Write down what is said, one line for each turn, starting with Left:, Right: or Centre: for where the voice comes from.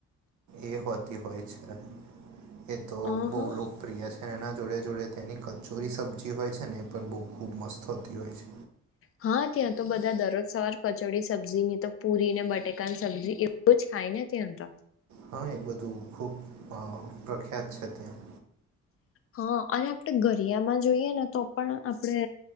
Right: એ હોતી હોય છે એ તો
Left: અ
Right: બહુ
Left: હા
Right: લોકપ્રિય છે. અને એના જોડે જોડે ત્યાંની કચોરી સબ્જી હોય છે ને એ પણ બહુ ખૂબ મસ્ત હોતી હોય છે.
Left: હા ત્યાં તો બધા દરરોજ સવાર કચોડી સબ્જી ની તો પુરી ને બટેકાન સબ્જીએ બઉ જ ખાય ને ત્યાં તો
Right: હા એ બધું ખૂબ અ પ્રખ્યાત છે ત્યાં
Left: હા અને આપણે ગરિયામાં જોઈએ ને તો પણ આપડે